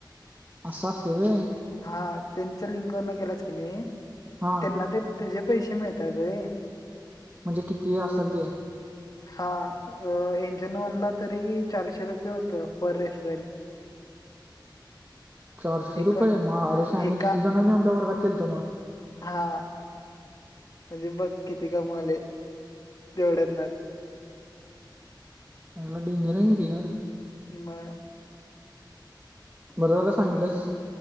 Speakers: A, on the right (about 25°); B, on the left (about 50°).
A: आसं आसतयं व्हय
B: हा त्यांच्या लिंंक वरन केलाच क ने
A: हा
B: त्यांना ते तेजे पैसे मिळतात रे.
A: म्हणजे किती आसंल ते.
B: हा अं एंजन वनला तरी चारशे रुपय होतं. पर रेफरल. <inaudible>
A: चारशे
B: एका
A: रुपये, म अरे शान्या
B: एका
A: किती जणांनी आमच्या वर्गात केलंत म.
B: हा म्हणजे बघ किती कमावले तेवढ्यातनंच.
A: आयला डेंजर आहे की रे य.
B: म अ
A: बरं झालं सांगितलंस.